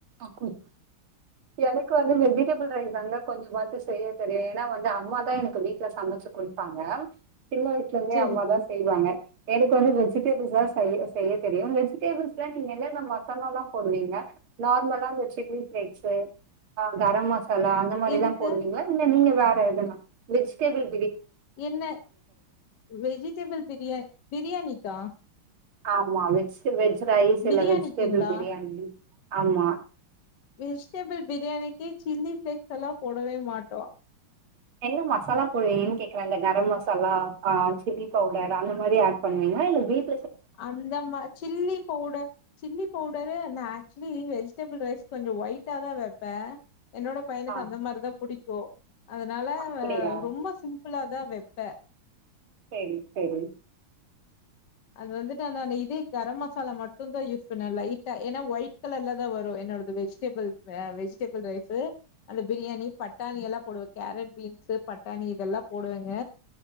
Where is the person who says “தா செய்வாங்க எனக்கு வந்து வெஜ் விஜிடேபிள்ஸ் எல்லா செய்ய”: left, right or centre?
Right